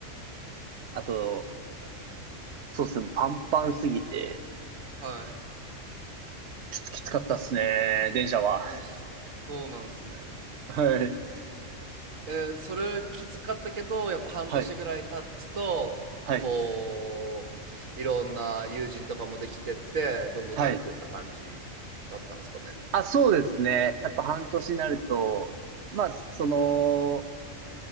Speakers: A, on the right; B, on the right.
A: あと、そうですね、パンパンすぎて、
B: はい。
A: ちょっときつかったっすね、電車は。
B: いや、そうなんすね。
A: はい、
B: えーそれきつかったけど、やっぱ半年ぐらい経つと、
A: はい、はい、
B: こう、いろんな友人とかもできてって、どんどん慣れてった感じだったんですかね。
A: はい。あ、そうですね。やっぱ半年になると、
B: うん
A: まあ、その、